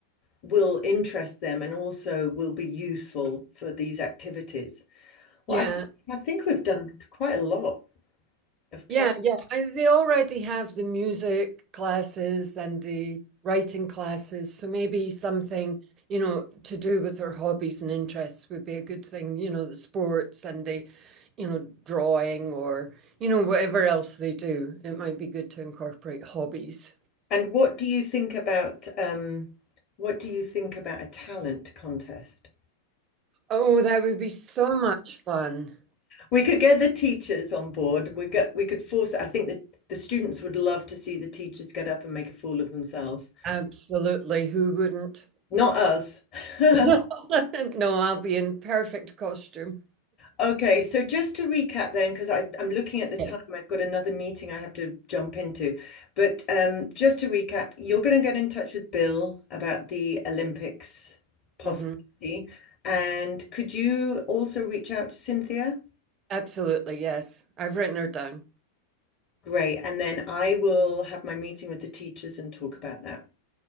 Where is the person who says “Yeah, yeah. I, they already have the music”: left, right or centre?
Right